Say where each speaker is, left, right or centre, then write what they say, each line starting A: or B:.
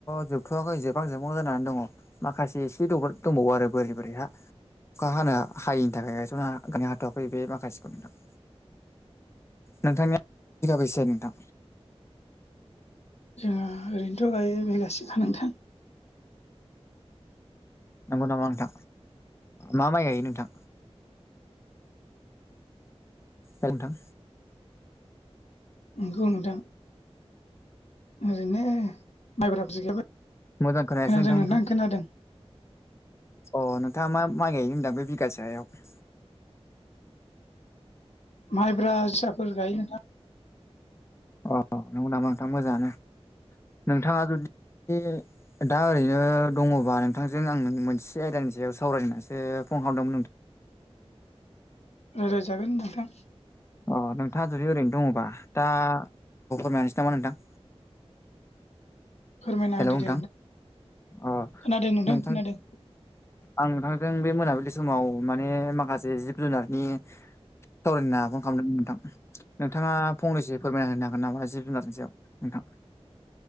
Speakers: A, on the left (about 25°); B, on the left (about 80°).
A: जोबथ'वाखै जोबहां जोबनांगौ जानानै दङ। माखासे एसे द दंबावो आरो बोरि बोरि हा। अखा हानो हायिनि थाखाय गायथ'नो ह ग हाथ'वाखै बे माखासेखौ नोंथां। नोंथांनिया बिगाबैसे नोंथां।
B: जोङो ओरैनोथ' गायो बिगासेखा नोंथां।
A: नंगौ नामा नोंथां। मा माइ गायो नोंथां? गायो नोंथां
B: नंगौ नोंथां। ओरैनो माइब्रा <unintelligible> खोनादों
A: मोजां खोनायासै नोंथांनिखौ
B: नोंथां खोनादों।
A: अ नोंथाङा मा माइ गायनो होनदां बे बिगासेायाव
B: माइब्रा जोसाफोर गायो नोंथां
A: अ नंगौ नामा नोंथां मोजाङानो नोंथाङा जुदि दा ओरैनो दङबा नोंथांजों आं मोनसे आयदानि सायाव सावरायनानैसो फन खालामदोंमोन नों
B: राय्लायजागोन नोंथां
A: अ नोंथाङा जुदि ओरैनो दङबा दा आंफोरमायनोसै नामा नोंथां
B: फोरमायना
A: हेल'
B: होदो
A: नोंथां
B: दे
A: अ
B: खोनादों
A: नोंथां
B: खोनादों
A: आं नोंथांजों बे मोनाबिलि समाव माने माखासे जिब जुनारनि सावरायनो होन्ना फन खालामदोंमोन नोंथां नोंथाङा फंनैसो फोरमायना होनो हागोन नामा जिब जुनारनि सायाव नोंथाङा